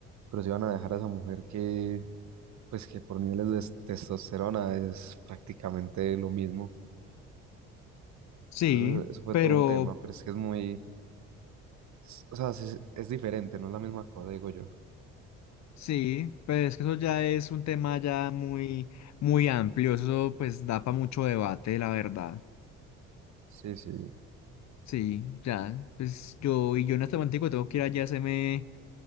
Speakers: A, on the right (about 60°); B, on the left (about 60°).
A: pero sí van a dejar a esa mujer que, pues que por niveles de s- testosterona es prácticamente lo mismo.
B: Sí,
A: Entonces, eso fue
B: pero
A: todo un tema, no. pero es que es muy, s- o sea, es, es diferente, no es la misma cosa, digo yo.
B: sí, pues que eso ya es un tema ya muy, muy amplio, eso pues da para mucho debate, la verdad.
A: Sí, sí.
B: Sí, ya, pues yo y yo en este momento tengo que ir allá a hacerme-